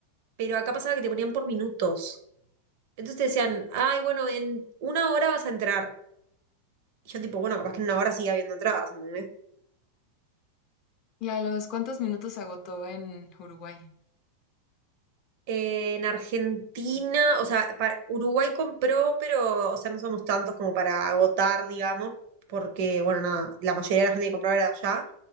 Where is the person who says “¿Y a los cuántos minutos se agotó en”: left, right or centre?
Left